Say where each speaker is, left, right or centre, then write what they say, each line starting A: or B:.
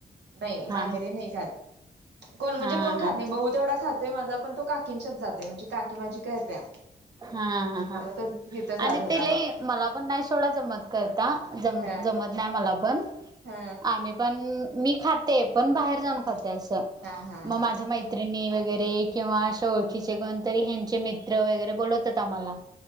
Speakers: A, on the right; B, on the right.
A: नाही
B: हा
A: माहेरी नाही खात. कोण म्हणजे
B: हा
A: कोण
B: हा
A: खात नाही, बहु तेवढा खातोय माझा, पण तो काकींच्याच जातोय, म्हणजे काकी माझी करत्या.
B: हा हा हा.
A: त्यामुळे तो तिथं जात
B: आणि
A: होता
B: ते लई,
A: बा
B: मला पण नाही सोडा जमत करता, जम
A: हा
B: जमत नाही मला पण
A: हा
B: आम्ही पण,, मी खाते पण बाहेर जाऊन
A: हा
B: खाते असं,,
A: हा
B: मग
A: हा
B: माझ्या मैत मैत्रिणी वगैरे, किंवा अशा ओळखीचे कोणतरी, ह्यांचे मित्र वगैरे बोलवतात आम्हाला.